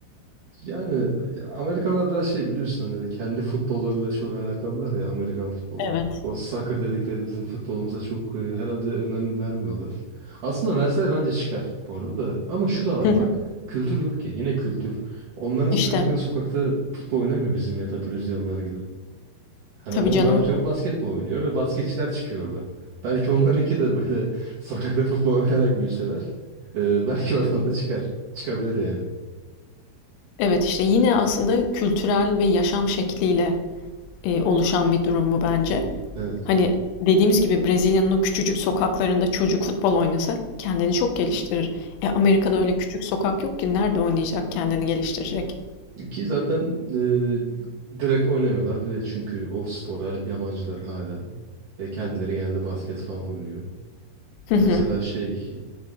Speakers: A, on the right; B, on the left.
A: Yani Amerikalılar biraz şey biliyorsun hani kendi futbollarıyla çok alakalılar ya Amerikan futbolu.
B: Evet.
A: O soccer dedikleri bizim futbolumuza çok e, herhalde önem vermiyorlar. Aslında verseler bence çıkar bu arada da. Ama şu da var
B: Hı hı.
A: bak. Kültür yok ki. Yine kültür. Onların çocukları
B: İşte.
A: sokakta futbol oynamıyor bizim ya da Brezilyalılar gibi. Hani
B: Tabii
A: onlar
B: canım.
A: atıyorum basketbol oynuyor ve basketçiler çıkıyor oradan. Belki onlarınki de böyle <laughs> sokakta futbol oynayarak büyüseler. e, belki oradan da çıkar. Çıkabilir yani.
B: Evet işte yine aslında kültürel ve yaşam şekliyle e, oluşan bir durum bu bence.
A: Evet.
B: Hani dediğimiz gibi Brezilya'nın o küçücük sokaklarında çocuk futbol oynasa kendini çok geliştirir. E, Amerika'da öyle küçük sokak yok ki nerede oynayacak kendini geliştirecek.
A: Ki zaten e, direkt oynamıyorlar bile çünkü o spora yabancılar hala. E, kendileri genelde basket falan oynuyor.
B: Hı
A: Mesela
B: hı.
A: şey